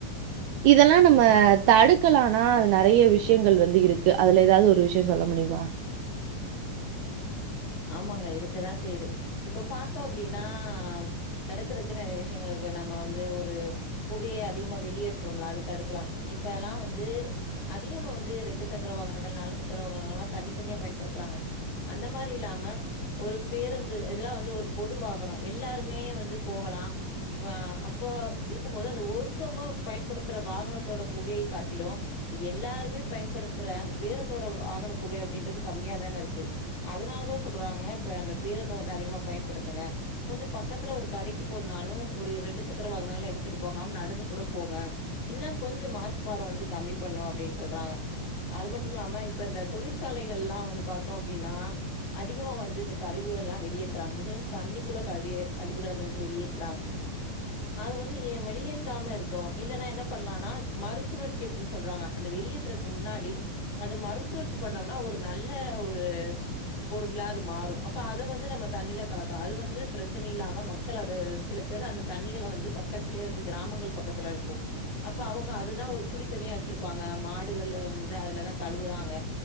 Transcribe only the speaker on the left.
உண்
ஆமாங்க இருக்கதான் செய்யுது இப்ப பாத்தோம் அப்டின்னா தடுக்கறக்கு நறைய விஷயங்கள் இருக்கு நம்ம வந்து ஒரு புகைய அதிகமா வெளியேற்றோம்லா அத தடுக்கலாம் இப்ப எல்லாம் வந்து அதிகமா வந்து ரெண்டு சக்கர வாகனங்கள் நாலு சக்கர வாகனங்கள்லாம் தனித்தனியா பயன்படுத்துறாங்கலா அந்த மாரி இல்லா ம ஒரு பேருந்து இதெல்லாம் வந்து ஒரு பொதுவாகனம் எல்லாருமே வந்து போகலாம் ஆ அப்போ இருக்கும்மோது அந்த ஒருத்தவங்க பயன்படுத்துற வாகனத்தோட புகையை காட்டிலும் இந்த எல்லாருமே பயன்படுத்துற அந்த பேருந்தோட வாகன புகை அப்படின்றது கம்மியாதானே இருக்கு அதனாலதான் சொல்றாங்க இப்ப அந்த பேருந்த வந்து அதிகமா பயன்படுத்துங்க கொஞ்சோ பக்கத்துல ஒரு கடைக்கு பொண்ணாலும் ஒரு ரெண்டு சக்கர வாகனங்களளை எடுத்துட்டு போகாம நடந்து கூட போங்க இதெல்லா கொஞ்ச மாசுபாட வந்து கம்மி பண்ணு அப்டின்னு சொல்றாங்க அது மட்டு இல்லாம இப்ப இந்த தொழிற்சாலைகள் எல்லா வந்து பாத்தோ அப்டின்னா அதிகமா வந்து இந்த கழிவுகள் எல்லா வெளியேத்துறாங்க இது வந்து தண்ணிக்குள்ள கழிய கழிவுகளை அந்த வந்து வெளியேத்துறாங்க அதது வந்து வெளியேத்தாம இருக்கணு இல்லன்னா என்ன பண்ணலாம்னா மறுசுழற்ச்சி அப்டின்னு சொல்றாங்க அந்த வெளியே க்கு முன்னாடி அது மறுசுழற்சி பண்ணோம்னா ஒரு நல்ல ஒரு பொருள்ளாது மாறு அப்ப அது வந்து நம்ம தண்ணியில கலக்கலா அது வந்து பிரச்சனை இல்லாம மக்கள் அத சில ல்ல அந்த தண்ணிகளை வந்து பக்கத்திலேயே வந்து கிராமங்கள் பக்கத்துல இருக்கு அப்ப அவங்க அததா ஒரு குடித்தண்ணியா வச்சிருப்பாங்க மாடுகள் வந்து அதுலதா கழுவுறாங்க